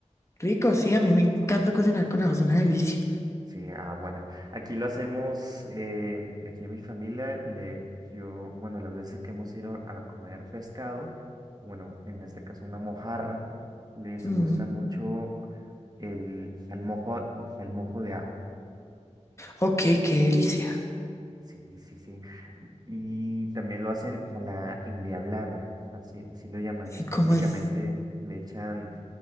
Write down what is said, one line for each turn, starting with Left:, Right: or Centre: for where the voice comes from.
Left: rico, sí, a mí me encanta cocinar con ajo, es una delicia.
Right: Sí, ah, bueno, aquí lo hacemos, eh, aquí en mi familia, le, yo, bueno, las veces que hemos ido a comer pescado, bueno, en este caso una mojarra, les
Left: Mm,
Right: gusta mucho el, al mojo, al mojo de ajo,
Left: Ok, qué delicia.
Right: sí, sí, sí, y también lo hacen a la endiablada, así, así lo llaman,
Left: ¿Y
Right: es
Left: cómo
Right: prácticamente,
Left: es?
Right: le echan